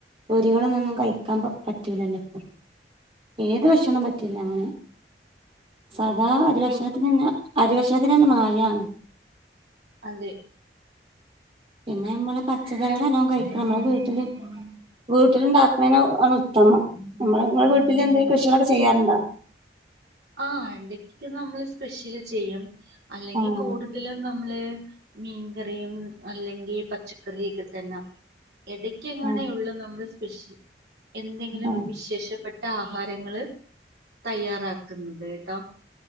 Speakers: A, on the right; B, on the right.
A: പൊരികളൊന്നൊന്നും കഴിക്കാൻ പറ്റൂലല്ലോ ഇപ്പൊ ഏത് ഭക്ഷണം പറ്റില്ല അങ്ങനെ സാദാ അരി
B: കൂ
A: ഭക്ഷണത്തിനന്നെ അരിഭക്ഷണത്തിന് തന്നെ മായാണ്.
B: അതെ
A: പിന്നെ നമ്മള് പച്ചക്കറികള് നല്ലോം കഴിക്കണം അത് വീട്ടില് വീട്ടില് ഉണ്ടാക്കണത് ആണ് ഉത്തമം നമ്മള് നമ്മെ വീട്ടില് എന്തെങ്കിലും കൃഷികളൊക്കെ ചെയ്യാറുണ്ടോ?
B: ആഹ് എന്തൊക്കെക്കെ നമ്മള് സ്പെഷ്യല് ചെയ്യും. അല്ലെങ്കിൽ
A: ആഹ്
B: കൂടുതലും നമ്മള് മീൻകറിയും അല്ലെങ്കിൽ പ പച്ചക്കറിയൊക്കെ തന്നെ ഇടക്ക് ഇങ്ങനെയുള്ള
A: ആഹ്
B: നമ്മൾ സ്പെഷ്യൽ എന്തെങ്കിലും
A: ആഹ്
B: വിശേഷപ്പെട്ട താ ആഹാരങ്ങള് തയ്യറാക്ക - ന്നെട്ടോ